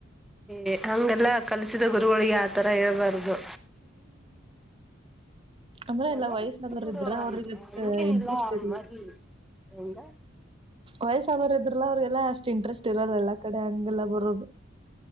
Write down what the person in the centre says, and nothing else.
ಏ ಹಂಗೆಲ್ಲ ಕಲಸಿದ ಗುರುಗಳಿಗೆ ಆತರ ಹೇಳ್ಬಾರ್ದು
ಎಲ್ಲ
ಇತ್ತು ಬಿಡು
ಹಂಗೇನಿಲ್ಲ
ಮರಿ ಹೆಂಗ